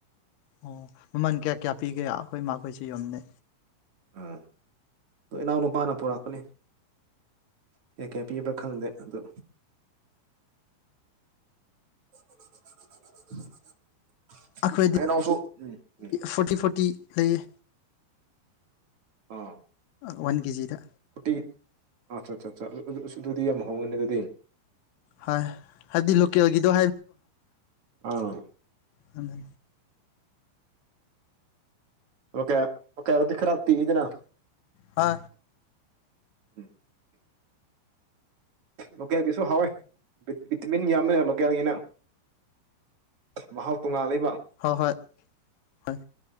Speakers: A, on the left; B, on the right.
A: ꯑꯣ ꯃꯃꯜ ꯀꯌꯥ ꯀꯌꯥ ꯄꯤꯒꯦ ꯑꯩꯈꯣꯏ ꯃꯥꯈꯣꯏꯁꯨ ꯌꯣꯝꯗ
B: ꯑꯝ ꯑꯣ ꯏꯅꯥꯎ ꯅꯨꯄꯥꯅ ꯄꯨꯔꯛꯄꯅꯤ ꯀꯌꯥ ꯀꯌꯥ ꯄꯤꯕ ꯈꯪꯗꯦ ꯑꯗꯨ <unintelligible>
A: ꯑꯩꯈꯣꯏꯗꯤ
B: ꯍꯩꯅꯧꯁꯨ ꯎꯝ ꯎꯝ
A: ꯐꯣꯔꯇꯤ ꯐꯣꯔꯇꯤ ꯂꯩꯌꯦ
B: ꯑ
A: ꯋꯥꯟ ꯀꯦꯖꯤꯗ
B: ꯀꯨꯔꯇꯤ ꯑꯠ ꯑꯠꯆꯥ ꯑ ꯑꯗꯨꯗꯤ ꯌꯥꯝ ꯍꯣꯡꯉꯅꯤ ꯑꯗꯨꯗꯤ
A: ꯍꯣꯏ ꯍꯥꯏꯕꯗꯤ ꯂꯣꯀꯦꯜꯒꯤꯗꯣ
B: ꯑ
A: ꯑꯗ
B: ꯂ ꯀ ꯀꯗꯤ ꯈꯔꯞꯇꯤ ꯏꯗꯅ
A: ꯍꯥ
B: ꯎꯝ ꯂꯣꯀꯦꯜꯒꯤꯁꯨ ꯍꯥꯎꯋꯦ ꯕꯤꯃꯤꯟ ꯌꯥꯝꯃꯦ ꯂꯣꯀꯦꯜꯒꯤꯅ ꯃꯍꯥꯎ ꯇꯨꯡꯉꯂꯦ
A: ꯍꯣꯏ ꯍꯣꯏ ꯍꯣꯏ